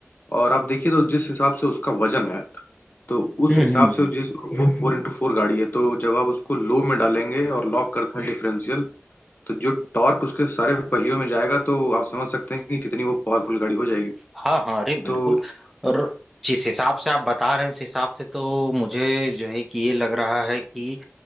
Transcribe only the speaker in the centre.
हम्म
हम्म।
हाँ हाँ अरे बिल्कुल
और जिस हिसाब से आप बता रहे हैं उस हिसाब से तो मुझे जो है कि ये लग रहा है कि